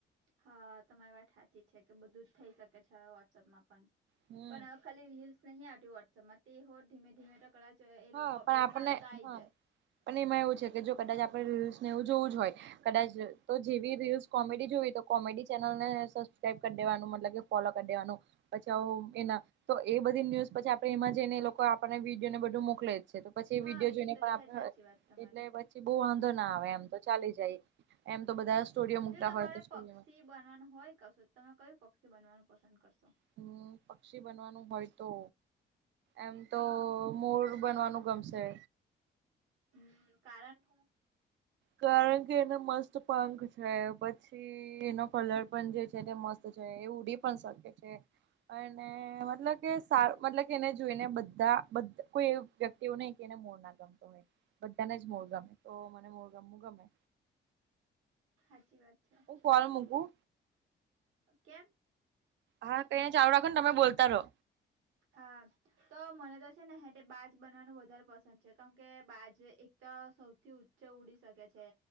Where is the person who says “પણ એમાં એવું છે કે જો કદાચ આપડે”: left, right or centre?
Right